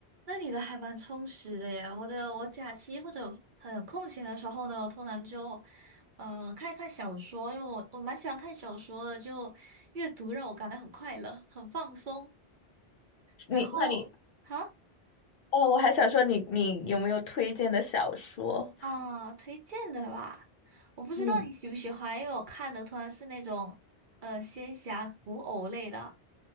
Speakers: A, on the right (about 55°); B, on the left (about 65°).
A: 那你的还蛮充实的耶。我的我假期或者很空闲的时候呢，我通常就呃看一看小说，因为我我蛮喜欢看小说的，就阅读让我感到很快乐，很放松。然后哈
B: 你那你哦，我还想说你你有没有推荐的小说？
A: 啊，推荐的吧，我不知道你喜不喜欢，
B: 嗯，
A: 因为我看的通常是那种呃仙侠古偶类的。